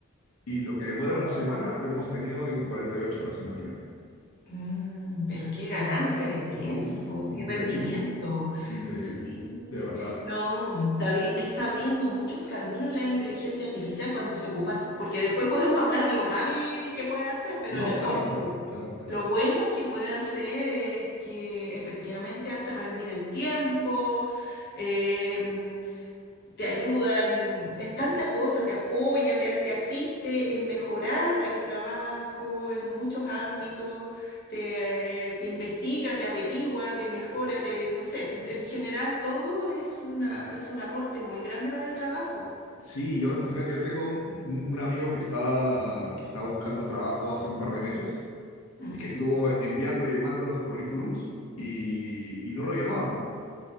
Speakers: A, on the left (about 85°); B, on the left (about 50°).
A: y lo que demora una semana lo hemos tenido en 48 horas, imagínate.
B: Mm, pero qué ganancia de tiempo,
A: Uf, increíble,
B: qué rendimiento.
A: increíble,
B: Sí,
A: de verdad.
B: no, está, abri- está abriendo muchos caminos la inteligencia artificial cuando se ocupa, porque después podemos hablar lo mal que puede hacer, pero
A: No,
B: en el
A: claro,
B: fondo
A: claro,
B: lo,
A: claro, claro.
B: lo
A: claro.
B: bueno que puede hacer es que efectivamente hace rendir el tiempo. em, te ayuda en, en tanta cosa, te apoya, te, te asiste en mejorar el trabajo en muchos ámbitos, te, te investiga, te averigua, te mejora, te, no sé, en general todo es una, es un aporte muy grande para el trabajo.
A: Sí, yo imagínate, yo tengo un, un- un amigo que está, que está buscando trabajo hace un par de meses
B: Ujú,
A: y que estuvo enviando y llamando los currículums y, y no lo llamaban